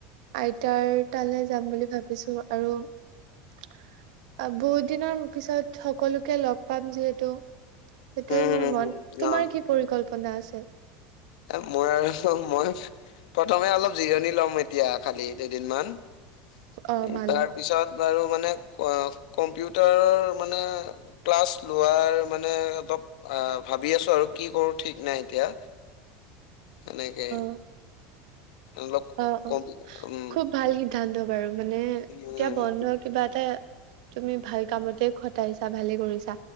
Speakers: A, on the right; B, on the left.
A: আইতাৰ তালে যাম বুলি ভাবিছোঁ আৰু আ, বহুত দিনৰ পিছত সকলোকে লগ পাম যিহেতু। সেইটোৱে
B: হুম,
A: মোৰ
B: হুম,
A: মন,
B: হুম,
A: তোমাৰ
B: অ'।
A: কি পৰিকল্পনা আছে?
B: এ, মোৰ আৰু মই প্ৰথমে অলপ জিৰণি লম এতিয়া খালি দুদিনমান। উ,
A: অ ভালে
B: তাৰ পিছত বাৰু মানে আ, কম্পিউটাৰৰ মানে ক্লাছ লোৱাৰ মানে অলপ আ, ভাবি আছো আৰু কি কৰো ঠিক নাই এতিয়া। এনেকে।
A: <unintelligible>
B: অলপ
A: অ', অ',
B: কম উম
A: খুব ভাল সিদ্ধান্ত বাৰু মানে
B: উম
A: এতিয়া বন্ধ কিবা এটা তুমি ভাল কামতে খটাইছা ভালে কৰিছা।